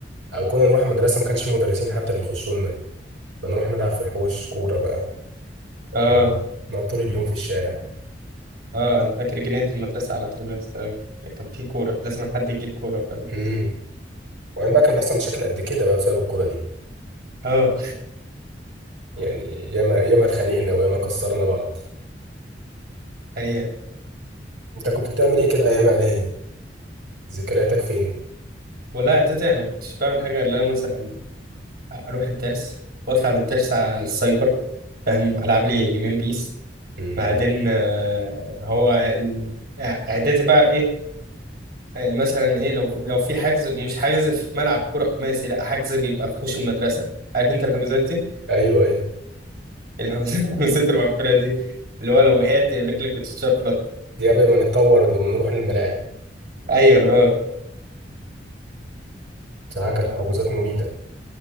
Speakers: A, on the right (about 85°); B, on the right (about 55°).
A: او كنا نروح المدرسة ما كانش في مدرسين حتى بيخشوا لنا بنروح نلعب في الحوش كورة بقى
B: اه
A: ونقعد طول اليوم في الشارع
B: اه انا فاكر جنينه المدرسه على طول يا اسطى كان في كوره لازم حد يجيب كوره فاهم
A: امم وبعدين بقى كان بيحصل مشاكل قد كده بقى بسبب الكورة دي
B: اه
A: يعني ياما ياما اتخانقنا وياما كسرنا بعض
B: هي
A: انت كنت بتعمل ايه كده ايام اعدادي ذكرياتك فين
B: والله اعدادي انا ما كنتش بعمل حاجه غير إن أنا مثلا اروح الدرس واطلع من الدرس على السايبر فاهم العب لي جيمين بيس
A: امم
B: بعدين آه، هو ال- اعدادي بقى ايه آه، مثلا ايه لو لو في حجز مش حجز في ملعب كوره خماسي لا حجز بيبقى في حوش المدرسه عارف انت الحجوزات دي
A: ايوه ايوه
B: الحجوزات <laughs> الحجوزات المقفوله دي اللي هو لو وقعت رجلك بتتشفلط
A: دي قبل ما نتطور ونروح للملاعب
B: ايوه اه
A: بصراحة
B: <laughs>
A: كانت عجوزات مميتة